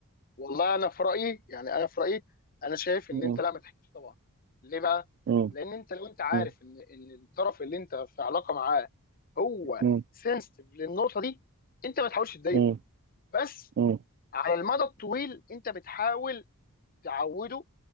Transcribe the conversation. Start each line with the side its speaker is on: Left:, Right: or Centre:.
Left: والله انا في رايي يعني انا في رايي انا شايف ان
Right: مم.
Left: انت لا ما تحكيش طبعا ليه بقى
Right: مم.
Left: لان انت لو انت عارف
Right: مم.
Left: ان ان الطرف اللي انت في علاقه معاه هو
Right: مم.
Left: سنسيتيف للنقطه دي انت ما تحاولش تضايقه
Right: مم.
Left: بس
Right: مم.
Left: على المدى الطويل انت بتحاول تعوده